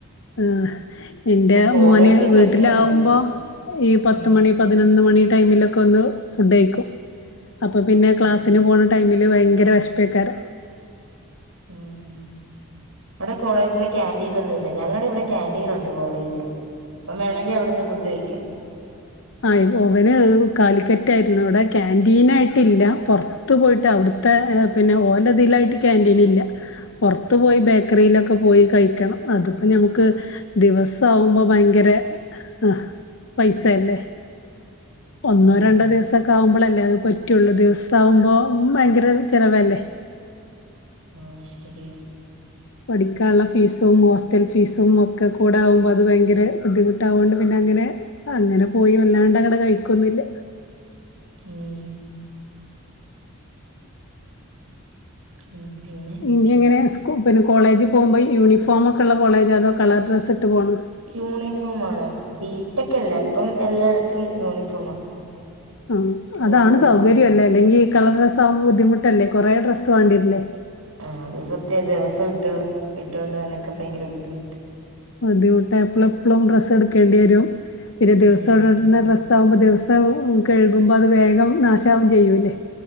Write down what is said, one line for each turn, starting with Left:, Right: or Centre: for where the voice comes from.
Left: ആഹ എന്റെ
Right: കോളേജ്
Left: മോന്
Right: പ്രശ്ന
Left: വീട്ടിലാവുമ്പോ
Right: ഇല്ല
Left: ഈ പത്ത്
Right: ഉം
Left: മണി പതിനൊന്ന് മണി ടൈമിലൊക്കെ ഒന്ന് ഫുഡ്യ്ക്കും അപ്പ പിന്നെ
Right: ഉം
Left: ക്ലാസിന് പോണ ടൈമ ഭയങ്കര വിശപ്പായ്ക്കാരം
Right: ഉം അവിടെ കോളേജില് കാന്റീൻ ഒന്നും ഇല്ലെ ഞങ്ങളുടെ ഇവിടെ ക്യാന്റീൻ ഉണ്ട് കോളേജില് ഇപ്പ വേണമെങ്കി അവിടുന്ന് ഫുഡ് കഴിക്കാം
Left: ആഹ് ഓവന് കാലിക്കറ്റായിരുന്നു അവിടെ ക്യാന്റീനായിട്ടില്ല പുറ ത്ത് പോയിട്ട് അവിടുത്തെ പിന്നെ ഓലതിലായിട്ട് ക്യാന്റീൻ ഇല്ല പുറത്തു പോയി ബേക്കറിയിലൊക്കെ പോയി കഴിക്കണം അതിപ്പ ഞമുക്ക് ദിവസ ആവുമ്പോ ഭയങ്കര ആഹ പൈസല്ലേ ഒന്നോ
Right: ഉം
Left: രണ്ടോ ദിവസൊക്കെ ആകുമ്പോളല്ലേ അത് പറ്റുള്ളൂ ദിവസ ആവുമ്പോ ഭയങ്കര ചിലവല്ലേ
Right: ആഹ ശരിയ
Left: പഠിക്കാനുള്ള ഫീസും ഹോസ്റ്റൽ ഫീസും ഒക്കെ കൂട ആകുമ്പോൾ അത് ഭയങ്കര ബുദ്ധിമുട്ടാവുകോണ്ട് പിന്നെ അങ്ങനെ അങ്ങനെ പോയി വല്ലാണ്ട് അങ്ങടെ കഴിക്കൊന്നില്ല
Right: ഉം ഉം പിന്നെ
Left: ഇനി അങ്ങനെ സ് പിന്നെ കോളേജ് പോകുമ്പോൾ യൂണിഫോമൊക്കെ ഉള്ള കോളേജ് അതോ കളർ ഡ്രസ്സ് ഇട്ട് പോണോ
Right: യൂണിഫോം വേണം ബിടെക് അല്ലേ ഇപ്പം എല്ലായിടത്തും യൂണിഫോമാ
Left: ആഹ
Right: എല്ലാ
Left: അതാണ്
Right: കോളേജിലും
Left: സൗകര്യമല്ലേ അല്ലെങ്കി കളർ ഡ്രസ്സ് ആവ്പോ ബുദ്ധിമുട്ടല്ലേ കൊറെേ ഡ്രസ്സ് വേണ്ടിരല്ലേ
Right: ആഹ് അത് സത്യം ദിവസം ഇട്ട് ഇട്ടുകൊണ്ട് തന്നെക്കെ ഭയങ്കര ബുദ്ധിമുട്ട്
Left: ബുദ്ധിമുട്ട എപ്പളെ എപ്പോഴും ഡ്രസ്സ് എടുക്കേണ്ടി വരും പിന്നെ ദിവസം
Right: ഉം
Left: ഇടുന്ന ഡ്രസ് സകുമ്പോൾ ദിവസം കഴുകുമ്പോൾ അത് വേഗം നാശമാവും ചെയ്യൂല്ലേ